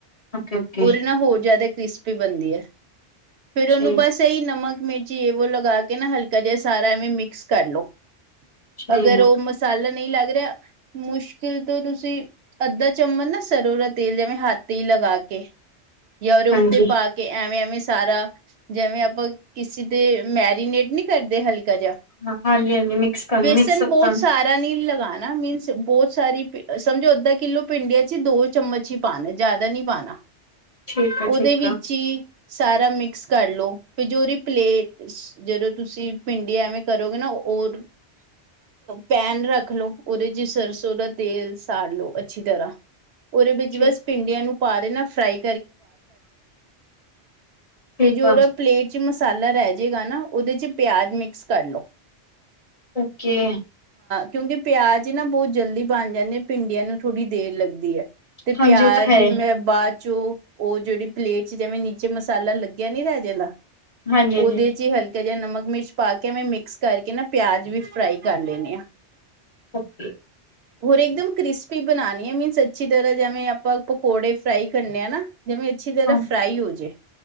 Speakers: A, on the left; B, on the right.
A: ਓਕੇ ਓਕੇ
B: ਉਹਦੇ ਨਾਲ ਹੋਰ ਜ਼ਿਆਦਾ ਕ੍ਰਿਸਪੀ ਬਣਦੀ ਹੈ ਫਿਰ ਉਹਨੂੰ
A: ਠੀਕ
B: ਬਸ ਇਹੀ ਨਮਕ। ਮਿਰਚੀ ਵੋ ਲਗਾ ਕੇ ਨਾ ਹਲਕਾ ਜਿਹਾ ਸਾਰਾ ਇਹਵੇਂ ਮਿਕਸ ਕਰ ਲਓ।
A: ਠੀਕ
B: ਅਗਰ ਉਹ ਮਸਾਲਾ ਨਹੀਂ ਲੱਗ ਰਿਹਾ ਮੁਸ਼ਕਿਲ ਤੋਂ ਤੁਸੀਂ ਅੱਧਾ ਚਮਚ ਨਾ ਸਰੋਂ ਦਾ ਤੇਲ ਜਿਵੇਂ ਤੇ ਹੱਥ ਹੀ ਲਗਾ ਕੇ ਕੇ ਯਾਉੱਤੇ
A: ਹਾਂਜੀ
B: ਪਾ ਕੇ ਐਵੇਂ-ਐਵੇਂ ਸਾਰਾ ਜਿਵੇਂ ਆਪਾਂ ਕਿਸੇ ਤੇ ਮੈਰੀਨੇਟ ਨੀ ਕਰਦੇ ਹਲਕੀ ਜਿਹਾ
A: ਹਾਂ ਹਾਂਜੀ ਹਾਂਜੀ ਮਿਕਸ ਕਰਨ
B: ਵੇਸਨ
A: ਮਿਕਸਅਪ
B: ਬਹੁਤ
A: ਕਰਨ
B: ਸਾਰਾ ਨੀ ਲਗਾ। ਹੈ ਨਾ ਮੀਨਸ ਬਹੁਤ ਸਾਰੀ ਸਮਝੋ ਅੱਧਾ ਕਿੱਲੋ ਭਿੰਡੀਆਂ ਚ ਹੀ ਦੋ ਚਮਚ ਹੀ ਪਾਣਾ ਜਿਆਦਾ ਨੀ ਪਾਉਣਾ।
A: ਠੀਕ ਆ
B: ਉਹਦੇ
A: ਠੀਕ
B: ਵਿੱਚ
A: ਆ
B: ਹੀ ਸਾਰਾ ਮਿਕਸ ਕਰ ਲਓ ਫਿਰ ਜੋ ਉਹਦੀ ਪਲੇਟ ਜਦੋਂ ਤੁਸੀਂ ਭਿੰਡੀ ਐਵੇਂ ਕਰੋਗੇ ਨਾ। ਹੋਰ ਪੈਨ ਰੱਖ ਲੋ ਉਹਦੇ ਚ ਸਰਸੋਂ ਦਾ ਤੇਲ ਸਾੜ ਲੋ ਅੱਛੀ ਤਰ੍ਹਾਂ। ਉਹਦੇ ਵਿੱਚ
A: ਠੀਕ
B: ਬਸ ਭਿੰਡੀਆਂ
A: ਆ
B: ਨੂੰ ਪਾ ਦੇ ਨਾ ਫਰਾਈ
A: ਠੀਕ
B: ਤੇ ਜੋ
A: ਆ
B: ਉਹਦਾ ਪਲੇਟ ਚ ਮਸਾਲਾ ਰਹਿ ਜਾਏਗਾ ਨਾ। ਉਹਦੇ ਚ ਪਿਆਜ਼ ਮਿਕਸ ਕਰ ਲਓ।
A: ਓਕੇ
B: ਕਿਉਂਕਿ ਪਿਆਜ ਨਾ ਬਹੁਤ ਜਲਦੀ ਬਣ ਜਾਂਦੇ ਭਿੰਡੀਆਂ ਨੂੰ ਥੋੜ੍ਹੀ ਦੇਰ ਲੱਗਦੀ ਹੈ। ਤੇ
A: ਹਾਂਜੀ
B: ਪਿਆਜ
A: ਉਹ ਤਾਂ ਹੈ
B: ਮੈਂ ਬਾਅਦ ਚੋ ਉਹ ਜਿਹੜੀ ਪਲੇਟ ਚ ਜਿਵੇਂ ਨੀਚੇ ਮਸਾਲਾ ਲੱਗਿਆ ਨੀ ਰਹਿ ਜਾਂਦਾ।
A: ਹਾਂਜੀ ਹਾਂਜੀ
B: ਉਹਦੇ ਚ ਹੀ ਹਲਕਾ ਜਿਹਾ ਨਮਕ ਮਿਰਚ ਪਾ ਕੇ ਮੈ ਮਿਕਸ ਕਰਕੇ ਨਾ ਪਿਆਜ ਵੀ ਫਰਾਈ ਕਰ ਲੈਨੀ ਆ।
A: ਓਕੇ
B: ਹੋਰ ਇੱਕ ਦਮ ਕ੍ਰਿਸਪੀ ਬਣਾਣੀ ਹੈ ਮੀਨ ਅੱਛੀ ਤਰ੍ਹਾਂ ਜਿਵੇਂ ਆਪਾਂ ਪਕੌੜੇ ਫਰਾਈ ਕਰਨੇ ਆ ਨਾ। ਜਿਵੇਂ ਅੱਛੀ ਤਰ੍ਹਾਂ
A: ਹਾਂ
B: ਫ੍ਰਾਈ ਹੋ ਜਾਏ